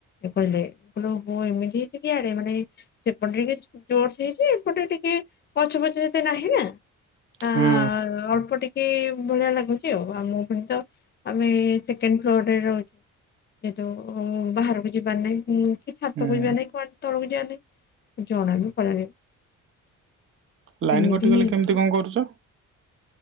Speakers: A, on the left; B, on the right.
A: କହିଲେ ହ ଏମିତି ହେଇଛି କିଆଡେ ମାନେ <unintelligible> ସେପଟେ ଟିକେ ଜୋର ସେ ହେଇଛି ଏପଟେ ଟିକେ ଗଛ ପଛ ସେତେ ନାହିଁ ନା ଆ
B: ହୁଁ
A: ଅଳ୍ପ ଟିକେ ଭଳିଆ ଲାଗୁଚି ଆଉ ଆଉ ମୋ ଭ ତ ଆମେ ସେକେଣ୍ଡ ଫ୍ଲୋର ରେ ରହୁଛୁ ଯେହେତୁ ବାହାରକୁ ଯିବାର ନାଇଁ କି ଛାତକୁ
B: ହୁଁ
A: ଯିବାର ନାଇଁ କଣ ତଳକୁ ଯିବାର ନାହିଁ ଜଣା ବି ପଡ଼ିଲା ନାହିଁ
B: ଲାଇନ
A: ଏମିତି
B: କଟିଗଲେ
A: ହିଁ ହେଇଛି
B: କେମିତି କଣ କରୁଛ?